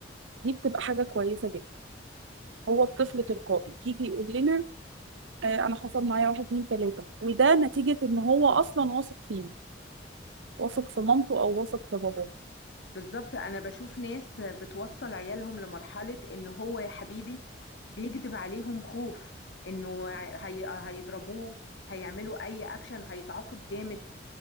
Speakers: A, on the right; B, on the left.
A: دي بتبقى حاجة كويسة جدا هو الطفل تلقائي يجي يقول لنا آه انا حصل معايا واحد اتنين تلاتة وده نتيجة ان هو اصلا واثق فينا واثق في مامته او واثق في باباه
B: بالظبط انا بشوف ناس بتوصل عيالهم لمرحلة ان هو يا حبيبي بيكذب عليهم خوف انه هي... هيضربوه هيعملوا اي اكشن هيتعاقب جامد